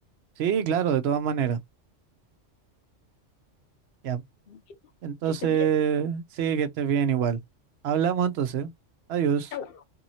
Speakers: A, on the right (about 65°); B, on the left (about 55°).
A: Sí, claro, de todas maneras. Ya,
B: Bueno,
A: entonces,
B: Que estés bien.
A: sí, que estés bien igual. Hablamos entonces. Adiós.
B: Chao.